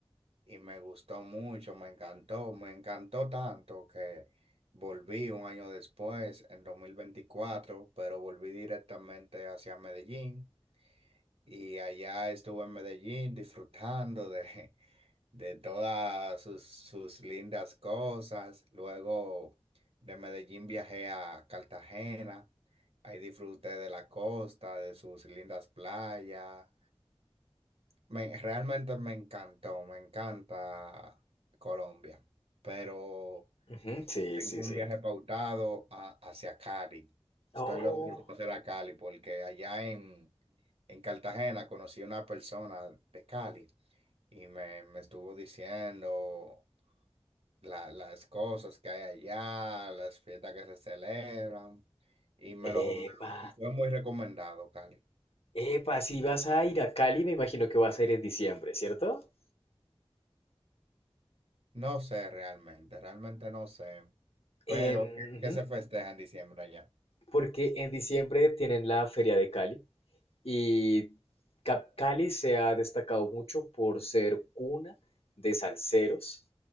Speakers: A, on the right; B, on the left.
A: y me gustó mucho, me encantó, me encantó tanto que volví un año después, en dos mil veinticuatro pero volví directamente hacia Medellín y allá estuve en Medellín disfrutando de, <laughs> de todas sus, sus lindas cosas. Luego de Medellín viajé a Cartagena, ahí disfruté de la costa, de sus lindas playas. Me, realmente me encantó, me encanta Colombia, pero
B: Ujú, Sí,
A: tengo
B: sí,
A: un
B: sí.
A: viaje pautado a- hacia Cali. Estoy
B: Oh.
A: loco por conocer a Cali porque allá en, en Cartagena conocí una persona de Cali y me, me estuvo diciendo la- las cosas que hay allá, las fiestas que se celebran y me lo,
B: Epa,
A: me lo- fue muy recomendado Cali.
B: epa, si vas a ir a Cali, me imagino que va a ser en diciembre, ¿cierto?
A: No sé realmente, realmente no sé, pero
B: Em,
A: ¿qué,
B: ujú,
A: qué se festeja en diciembre allá?
B: porque en diciembre tienen la Feria de Cali y Cap- Cali se ha destacado mucho por ser cuna de salseros